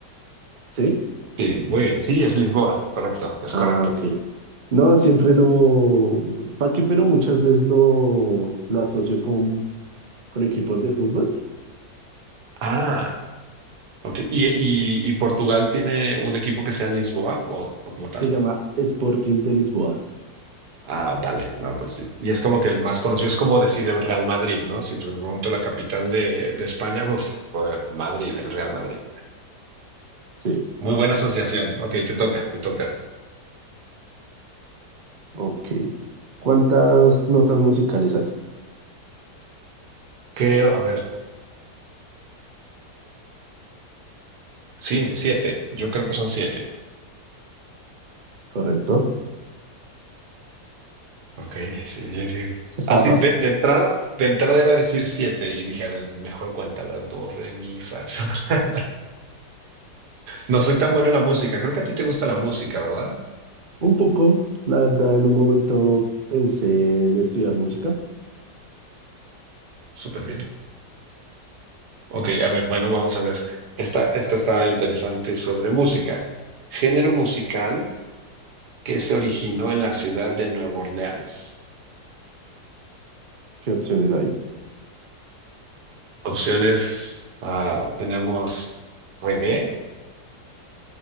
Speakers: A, on the right; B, on the right.
A: ¿sí?
B: Sí, muy bien. Sí, es Lisboa. Correcto,
A: Ah,
B: es correcto.
A: ok. No, siempre lo, ¿para qué, pero muchas veces lo, lo asocio con con equipos de fútbol.
B: Ah, ok. ¿Y, y- y Portugal tiene un equipo que sea en Lisboa o, o como tal?
A: Se llama Sporting de Lisboa.
B: Ah, vale, no, pues sí. Y es como que el más conocido es como decir el Real Madrid, ¿no? Si te pregunto la capital de, de España, uff, joder, Madrid, el Real Madrid.
A: Sí,
B: Muy buena asociación. Ok, te toca, te toca.
A: ok. ¿Cuántas notas musicales hay?
B: Creo, a ver, sí, siete. Yo creo que son siete.
A: ¿Correcto?
B: Ok, sí, sí, Ah, sí.
A: Esta estaba
B: Así
A: fácil.
B: de, de entrada, de entrada iba a decir siete y dije, a ver, mejor cuenta las dos, re, mi, fa, sol. <laughs> No soy tan bueno en la música. Creo que a ti te gusta la música, ¿verdad?
A: Un poco, la verdad, en un momento pensé en estudiar música,
B: Súper bien. Ok, a ver, bueno, vamos a ver. Esta, esta está interesante sobre música. Género musical que se originó en la ciudad de Nueva Orleans.
A: ¿Qué opciones hay?
B: Opciones, ah, tenemos reggae.